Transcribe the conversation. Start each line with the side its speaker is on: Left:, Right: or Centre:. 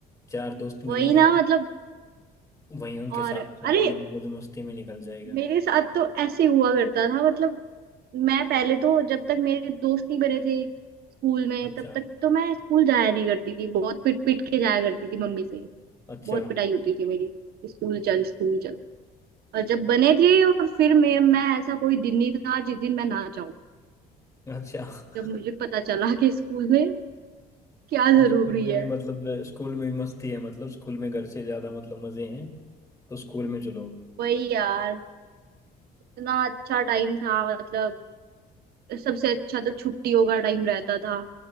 Left: चार दोस्त मिलेंगे
Right: वही ना मतलब
Left: वहीं उनके
Right: और
Left: साथ सारा
Right: अरे
Left: दिन मौज मस्ती में निकल जाएगा
Right: मेरे साथ तो ऐसे हुआ करता था मतलब मैं पहले तो जब तक मेरे दोस्त नहीं बने थे स्कूल में
Left: अच्छा
Right: तब तक तो मैं स्कूल जाया नहीं करती थी बहुत पिट पिट के जाया करती थी मम्मी से
Left: अच्छा
Right: बहुत पिटाई होती थी मेरी स्कूल चल स्कूल चल और जब बने थे और फिर मैं मैं ऐसा कोई दिन नहीं था जिस दिन मैं ना जाऊं
Left: अच्छा
Right: जब
Left: <laughs>
Right: मुझे पता चला कि स्कूल में क्या
Left: हाँ,
Right: जरूरी
Left: स्कूल में
Right: है
Left: भी मतलब स्कूल में भी मस्ती है मतलब स्कूल में घर से ज्यादा मतलब मजे हैं तो स्कूल में चलो
Right: वही यार इतना अच्छा टाइम था मतलब सबसे अच्छा तो छुट्टियों का टाइम रहता था